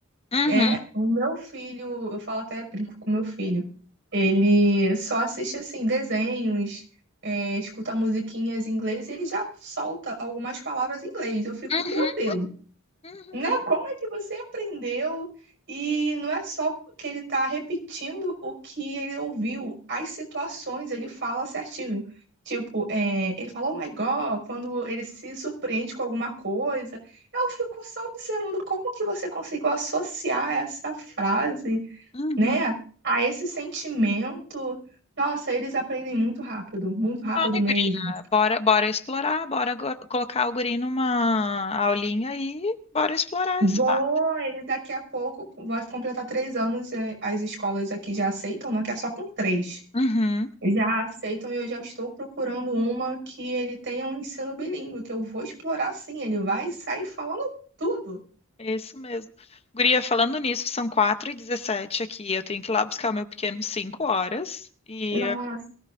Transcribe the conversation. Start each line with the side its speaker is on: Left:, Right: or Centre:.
Left: Uhum,
Right: é o meu filho, eu falo até brinco com meu filho. Ele só assiste assim desenhos, é, escuta musiquinhas em inglês e ele já solta algumas palavras em inglês. Eu fico,
Left: uhum,
Right: meu Deus
Left: uhum,
Right: né? Como é que você aprendeu? E não é só que ele está repetindo o que ele ouviu, as situações ele fala certinho. Tipo, é, ele fala, oh my God, quando ele se surpreende com alguma coisa. Eu fico só observando como que você conseguiu associar essa frase,
Left: uhum.
Right: né, a esse sentimento. Nossa, eles aprendem muito rápido, muito rápido
Left: Ai,
Right: mesmo.
Left: guria, bora, bora explorar, bora go- colocar o guri numa aulinha e bora explorar
Right: Vou,
Left: esse lado.
Right: ele daqui a pouco vai completar três anos. é, As escolas aqui já aceitam, não é que é só com três.
Left: Uhum,
Right: Já aceitam e eu já estou procurando uma que ele tenha um ensino bilíngue, que eu vou explorar sim. Ele vai sair falando tudo.
Left: é isso mesmo. Guria, falando nisso, são quatro e dezessete aqui, eu tenho que ir lá buscar o meu pequeno 5 horas, e,
Right: Nossa,